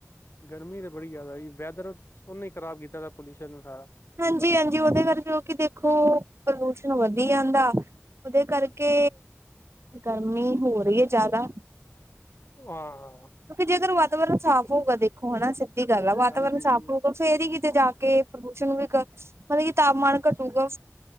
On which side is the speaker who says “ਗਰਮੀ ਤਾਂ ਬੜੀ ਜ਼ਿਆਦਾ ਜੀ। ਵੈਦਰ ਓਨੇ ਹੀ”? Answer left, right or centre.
Left